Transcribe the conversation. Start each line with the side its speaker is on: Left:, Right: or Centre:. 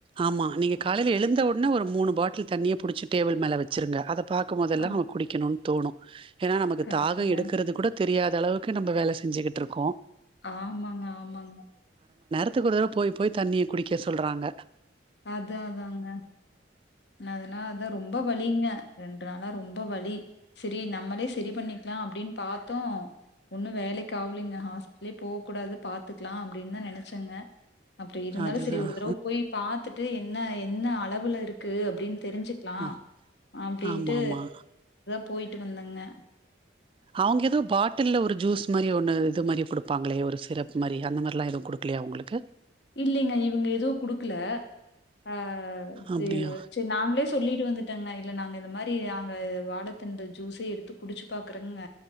Right: ஆமா. நீங்க காலைல எழுந்த ஒடனே ஒரு மூணு பாட்டில் தண்ணிய புடிச்சு டேபிள் மேல வச்சிருங்க அத பாக்கும்போதெல்லா
Left: ஆ
Right: நாம குடிக்குணு தோணு ஏன்னா நமக்கு
Left: கரெக்ட்டுங்க.
Right: தாகோ எடுக்கறது கூட தெரியாத் அந்த அளவுக்கு நம்ப வேல செஞ்சுகிட்ருக்கோ
Left: ஆம்மாங்க ஆம்மாங்க
Right: த்துக்கு ஒரு தடவ போய் போய் தண்ணிய குடிக்க சொல்றாங்க
Left: அத அதாங்க நா அத நா அதா ரொம்ப வலிங்க த்னாலா ரொம்ப வழி சேரி நம்மளே சேரி பண்ணிக்லா அப்டின் பாத்தோ ஒன்னு வேலைக்கு ஆவ்லைங்க ஹாஸ்பிடலே போக் கூடாது பாத்துக்கலா அப்டின்தா நெனச்சங்க அப்டி இருந்தாலு
Right: அதுதான்.
Left: சேரி ஒரு தடவ போய் பாத்துட் ட்டு என்ன என்ன அளவுல இருக்கு அப்டின் தெரிஞ்சுக்கலா
Right: ஆ
Left: அப்டின்ட்டு
Right: ஆமாமா.
Left: போய்ட்டு வந்தங்க
Right: அவுங்க ஏதோ பாட்டில்ல ஒரு ஜூஸ் மாரி ஒன்னு இது மாரி கொடுக் ப்பாங்களே ஒரு சிரப் மாரி அந்த மாரிலா எதுவு குடுக்கலையா உங்குளுக்கு
Left: இல்லைங்க இவுங்க எதுவு குடுக்கல ஆஹ்
Right: அப்டியா
Left: து சேரி நாங்களே சொல்லிட்டு வந்துட்டேங்க இல்ல நாங்க இந்த மாரி நாங்க அ வாழத்தண்டடு ஜுசே எடுத்து குடிச்சு பாக்குறங்க